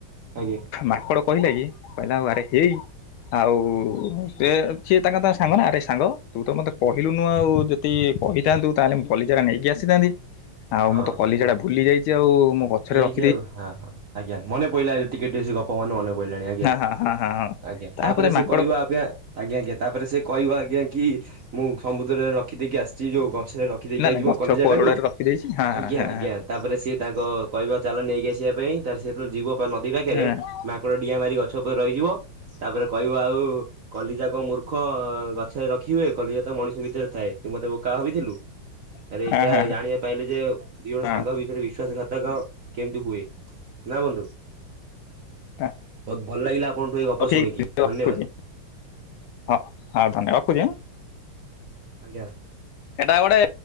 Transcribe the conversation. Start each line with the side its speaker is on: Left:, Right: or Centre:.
Right: ଆଜ୍ଞା
Left: ମାଙ୍କଡ କହିଲା କି କହିଲା ଆଉ ଆରେ ହେଇ। ଆଉ ସେ ସିଏ ତାଙ୍କ ତା ସାଙ୍ଗ ନା ଆରେ ସାଙ୍ଗ ତୁ ତ ମତେ କହିଲୁ ନୁ ଆଉ ଯେ ଦି କହିଥାନ୍ତୁ ତାହେଲେ ମୁ କଲିଜାରା ନେଇକି ଆସିଥାନ୍ତି। ଆଉ
Right: ହଁ
Left: ମୁଁ ତ କଲିଜା ଟା ଭୁଲି ଯାଇଛି ଆଉ ମୋ ଗଛରେ ରଖ
Right: ଛି ଆଉ ହଁ ହଁ ଆଜ୍ଞା ମନେ ପଇଲା ଟିକେ ଟିକେ ସେ ଗପ ମୋର ମନେ ପଡିଲାଣି ଆଜ୍ଞା।
Left: ହଁ ହଁ ହଁ ହଁ ହଁ
Right: ଆଜ୍ଞା ତାପରେ ସେ
Left: ମାଙ୍କଡ
Right: କହିବା
Left: ହଁ
Right: ଆପ୍ ଆଜ୍ଞା ଆଜ୍ଞା ତାପରେ ସେ କହିବ ଆଜ୍ଞା କି ମୁଁ ସମୁଦ୍ରରେ ରଖି ଦେଇକି ଆସିଛି ଯୋଉ ଗଛରେ ର ରଖି ଦେଇକି
Left: ନା
Right: ଆଇଛି
Left: ନା ଗଛ
Right: ମୋ କଲେଜା
Left: କୋରଡାରେ
Right: ଟାକୁ
Left: ରଖିଦେଇଛି ହଁ ହଁ
Right: ଆଜ୍ଞା
Left: ହଁ
Right: ଆଜ୍ଞା। ତାପରେ ସିଏ ତାଙ୍କ କହିବ ଚାଲ ନେଇକି ଆସିବା ପାଇଁ ତାପରେ ସେ ଯେତେବେଳେ ଯିବ ନଦୀ ପାଖରେ
Left: ହଁ ହଁ
Right: ମାଙ୍କଡ଼ ଡିଆଁ ମାରି ଗଛ ଉପରେ ରହିଯିବ ତାପରେ କହିବ ଆଉ କଲିଜା କ ମୂର୍ଖ ଗଛରେ ରଖି ହୁଏ କଲିଜା ତ ମଣିଷ ଭିତରେ ଥାଏ ତୁ ମତେ ବୋକା ଭାବିଥିଲୁ?
Left: <inaudible>
Right: ତାରେ ଏଇଟା
Left: ହଁ
Right: ଜାଣିବା ପାଇଲେ ଯେ ଦି ଜଣ
Left: ହଁ
Right: ସାଙ୍ଗ ଭିତରେ ବିଶ୍ଵାସଘାତ ତକ କେମିତି ହୁଏ ନା ବନ୍ଧୁ?
Left: ହଁ
Right: ବହୁତ୍ ଭଲ ଲାଗିଲା ଆପଣଠୁ ଏଇ ଗପ
Left: ହଉ ଠିକ
Right: ଶୁଣିକି
Left: ଅଛି ରଖୁଛି
Right: ଧନ୍ୟବାଦ୍।
Left: ହଁ ହଉ ଧନେ ରଖୁଛି ଆଁ?
Right: ଆଜ୍ଞା।
Left: ଏଇଟା ଗୋଟେ